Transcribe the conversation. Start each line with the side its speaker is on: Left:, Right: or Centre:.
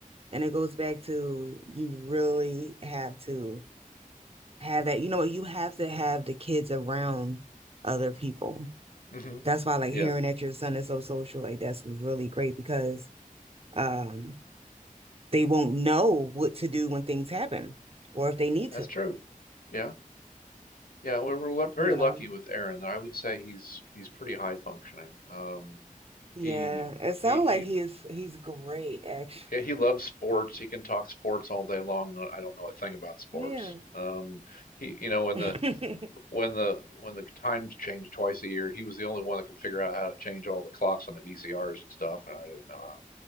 Right: And it goes back to you really have to have that, you know, you have to have the kids around other people.
Left: hmm
Right: That's why like
Left: Yeah.
Right: hearing that your son is so social, like that's really great because um they won't know what to do when things happen or if they need
Left: That's
Right: to,
Left: true. Yeah. Yeah, we were lu- very
Right: you
Left: lucky
Right: know.
Left: with Aaron. I would say he's he's pretty high functioning. Um,
Right: Yeah,
Left: he
Right: it
Left: he
Right: sounds like he
Left: he
Right: is he's great actually.
Left: he he
Right: <laughs>
Left: loves sports. He can talk sports all day long. I don't know a thing about sports.
Right: Yeah.
Left: Um, he you know when
Right: <laughs>
Left: the when the when the times change twice a year, he was the only one that could figure out how to change all the clocks on the VCRs and stuff, and I didn't know